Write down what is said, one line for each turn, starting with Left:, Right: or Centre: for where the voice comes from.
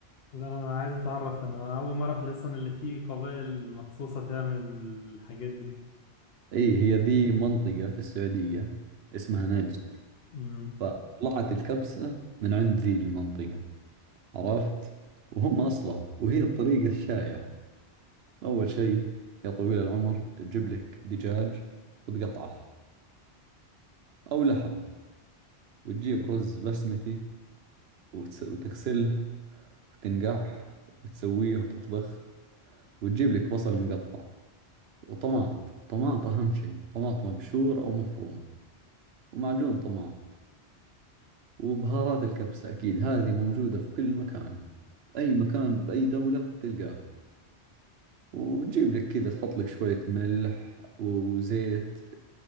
Left: لا أنا عايز أتعرف أنا أول مرة في أصلا اللي فيه قبائل مخصوصة تعمل الحاجات دي
Right: أي هي ذي منطقة في السعودية اسمها نجد
Left: امم
Right: فطلعت الكبسة من عند ذي المنطقة عرفت وهم أصلها وهي الطريقة الشائعة أول شيء يا طويل العمر تجيب لك دجاج وتقطعه أو لحم وتجيب رز بسمتي وتس... وتغسله وتنقعه وتسويه وتطبخ وتجيب لك بصل مقطع وطماط طماط أهم شيء طماط مبشور أو مفروم ومعجون طماط وبهارات الكبسة أكيد هذه موجودة في كل مكان في أي مكان بأي دولة تلقاها وتجيب لك كذا تحط لك شوية ملح وزيت